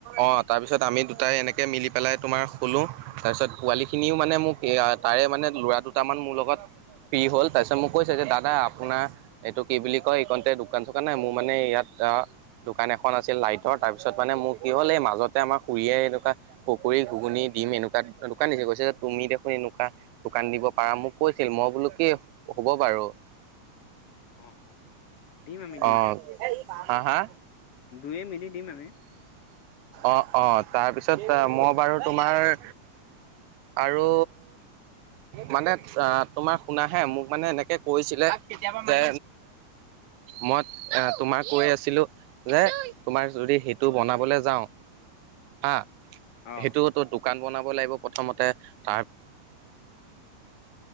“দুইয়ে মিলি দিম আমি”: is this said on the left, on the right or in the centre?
Left